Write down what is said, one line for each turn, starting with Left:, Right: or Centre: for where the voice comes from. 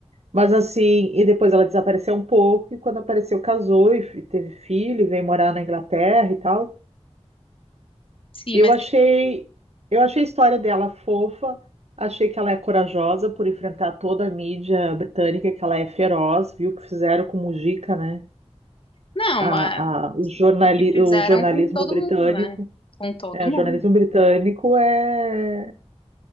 Right: Mas assim, e depois ela desapareceu um pouco, e quando apareceu, casou e fi- teve filho, e veio morar na Inglaterra e tal.
Left: Sim,
Right: Eu
Left: mas
Right: achei, eu achei a história dela fofa, achei que ela é corajosa por enfrentar toda a mídia britânica, que ela é feroz, viu o que fizeram com Mujica, né?
Left: não,
Right: A,
Left: a-
Right: a, o, jornali,
Left: o que fizeram
Right: o jornalismo
Left: com todo
Right: britânico.
Left: mundo, né? Com todo
Right: É,
Left: mundo.
Right: o jornalismo britânico é